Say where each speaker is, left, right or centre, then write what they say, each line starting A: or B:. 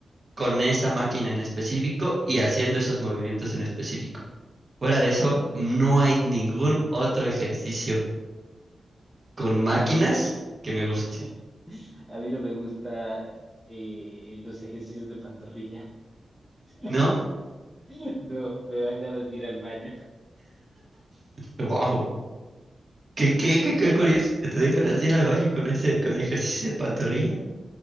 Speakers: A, on the right; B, in the centre.
A: con esa máquina en específico y haciendo esos movimientos en específico. Fuera de eso, no hay ningún otro ejercicio con
B: Eh,
A: máquinas
B: no, A mí no,
A: que me guste,
B: <laughs> a mí no me gusta eh, los ejercicios de pantorrilla. <laughs>
A: ¿no?
B: No, me dan ganas de ir al baño.
A: ¡Wow! Qué, qué, qué, qué
B: Pero
A: curioso que te den ganas de ir al baño con ese, con ejercicio de pantorrilla.